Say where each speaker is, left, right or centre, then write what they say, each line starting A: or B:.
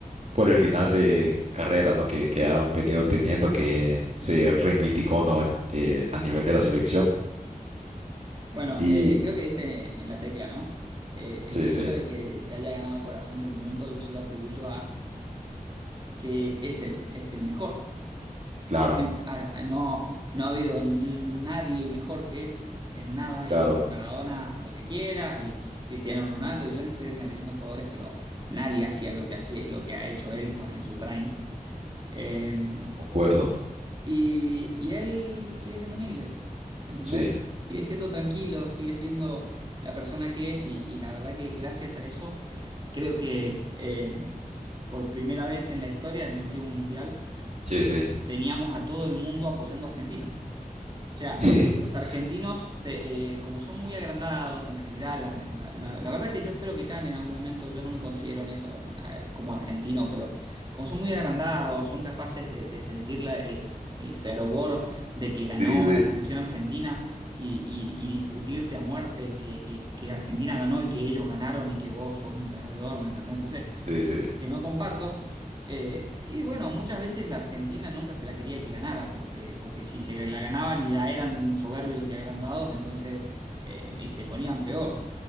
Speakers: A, on the right (about 50°); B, on the right (about 30°).
A: por el final de carrera, ¿no? Que, que ha venido teniendo, que se reivindicó, ¿no? en- eh, a nivel de la selección.
B: Bueno,
A: Y
B: eh, creo que diste en la tecla, ¿no? Eh, el
A: sí,
B: hecho
A: sí,
B: de que se haya ganado el corazón del mundo, yo se lo atribuyo a que es el, es el mejor.
A: claro,
B: Siempre- A- a- no, no ha habido nadie mejor que él en nada,
A: claro,
B: y eso que Maradona, lo que quieras, y Cristiano Ronaldo, y yo no estoy desmereciendo jugadores, pero nadie hacía lo que hacía, lo que ha hecho él con- en su prime. Eh,
A: concuerdo.
B: Y, y él sigue siendo humilde, ¿entendés?
A: Sí,
B: Sigue siendo tranquilo, sigue siendo la persona que es y, y la verdad que gracias a eso creo que eh, por primera vez en la historia, en el último mundial,
A: sí,
B: eh,
A: sí.
B: teníamos a todo el mundo apoyando a Argentina. O sea,
A: <laughs>
B: los argentinos, te- eh, como son muy agrandados en general, la, la- la- la verdad que yo espero que cambie en algún momento, yo no me considero en eso eh, como argentino, pero como son muy agrandados, son capaces de, de sentir la- el, el fervor de que ganó
A: Sí, sí, sí.
B: la selección argentina y, y- y discutirte a muerte que, que- que Argentina ganó y que ellos ganaron y que vos sos un perdedor, ¿me entendés? Entonces,
A: Sí, sí,
B: que no comparto. Eh, y bueno, muchas veces la Argentina nunca se la quería que ganara, porque, porque si se la ganaban ya eran soberbios y agrandados, entonces, eh, y se ponían peor.